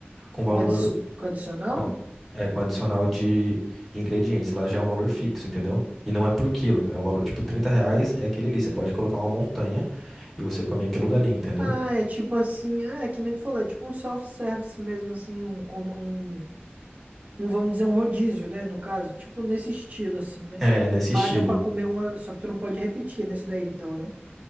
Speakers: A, in the centre; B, on the right (about 40°).
A: com valor
B: Com, adi com adicional?
A: com, a- é, com adicional de, de ingredientes. Lá já é um valor fixo, entendeu? E não é por quilo, é o valor, tipo, 30 reais é aquele ali. Você pode colocar uma montanha e você come aquilo dali, entendeu?
B: Ah, é tipo assim, ah, é que nem tu falou, é tipo um self-service mesmo, assim, um, com- um um, vamos dizer, um rodízio, né? No caso, tipo nesse estilo, assim, né?
A: É, é nesse
B: Paga
A: estilo.
B: pra comer uma. Só que tu não pode repetir nesse daí, então, né?